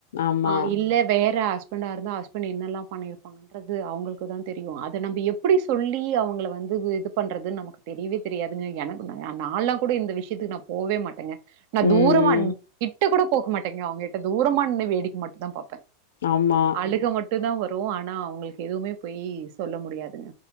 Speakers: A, on the left; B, on the right.
A: ஆமா.
B: ஆ இல்ல வேற ஆஸ் பண்டா இருந்தா அஸ்பண்ட்டு என்னல்லா பண்ணிருப்பாங்கங்றது அவங்களுக்குதா தெரியு அத நம்ம எப்டிஸ் சொல்லி அவங்கள வந்து இது பண்றது நமக்கு தெரியவே தெரியாதுனு எனக்குதாங்க நால்லா கூட இந்த விஷயத்துக்கு நா போவே மாட்டங்க நா
A: ம்,
B: தூரமான்
A: ம்.
B: கிட்ட கூட போக மாட்டங்க அவங்ககிட்ட தூரமா நின்னு வேடிக்க மட்டுதா பாப்பே
A: ஆமா
B: அழுக மட்டுந்தா வரு ஆனா அவங்களுக்கு எதுவுமே போயி சொல்ல முடியாதுங்க